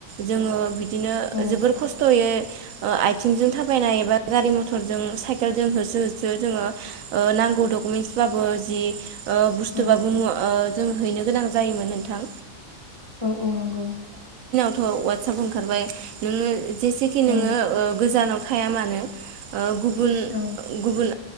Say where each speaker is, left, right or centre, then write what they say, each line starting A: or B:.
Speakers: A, on the right; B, on the right.
A: जोङो बिद दिनो ओ
B: औ
A: जोबोर खस्थ'यै ओ आइथिंजों थाबायनाय एबा गारि मथरजों साइकेलजों होसो होसो जोङो ओ नांगौ डकुमेन्टस बाबो जि ओ बुस्थु
B: औ
A: बा मुवा ओ जों हैनो गोनां जायोमोन नोंथां
B: औ-औ नंगौ
A: थ' वाटसाप ओंखारबाय नोंङो जेसेखि नोङो
B: औ
A: ओ गोजानाव खाया मानो गुबुन
B: औ
A: गुबुन